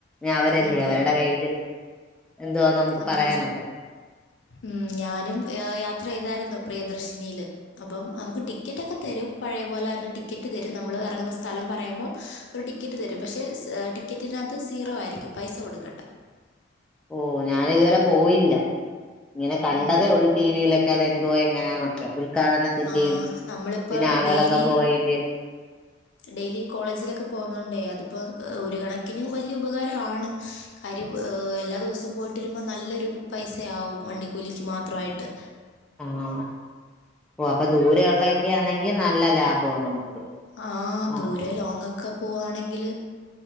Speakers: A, in the centre; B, on the left.
A: അവരല്ലേ
B: അതെ
A: അവരുടെ കൈ എന്തുവാ നമുക്ക്
B: അതെ
A: പറയാണം
B: സത്യം ഉം ഞാനും യാത്ര ചെയ്തായിരുന്നു പ്രിയദർശിനിയില് അപ്പം നമുക്ക് ടിക്കറ്റ് ഒക്കെ തരും പഴേ പോലെ ടിക്കറ്റ് തരും നമ്മൾ ഇറങ്ങുന്ന സ്ഥ സ്ഥലം പറയുമ്പോൾ അവര് ടിക്കറ്റ് തരും പക്ഷെ ടിക്കറ്റിനകത്ത് സീറോ ആയിരിക്കും പൈസ കൊടുക്കടണ്ട
A: ഓ ഞാന ഇതുവരെ പോയില്ല ഇങ്ങനെ കണ്ടതേ
B: ഉം,
A: ഉള്ളൂ ടി വിയിലൊക്കെ തെന്തുവ എങ്ങനാന്നൊക്കെ ഉദ്ഘാടനത്തിന്റെയും
B: ആഹ നമ്മളിപ്പ
A: പിന്നെ ആളുകളൊക്കെ
B: ഡെയിലി
A: പോയേന്റെയും
B: ഡെയിലി കോളേജിലൊക്കെ പോവുന്നോണ്ടേ അതും ഇപ്പോൾ ഒരു കണക്കിന് വലിയ ഉപകാരമാണ് കാര്യം എല്ലാ ദിവസവും പോയിട്ട് വരുമ്പോൾ നല്ലൊരു പൈസയാവും വണ്ടിക്കൂലിക്ക് മാത്രമായിട്ട്
A: ആഹ് ഓ അപ്പൊ ദൂര ഉള്ളൊക്കെ ആണെങ്കിൽ നല്ല ലാഭോ നമുക്ക്
B: ആഹ
A: ആഹ്
B: ദൂരെ ലോങ് ഒക്കെ പോവുകവാണെങ്കിൽ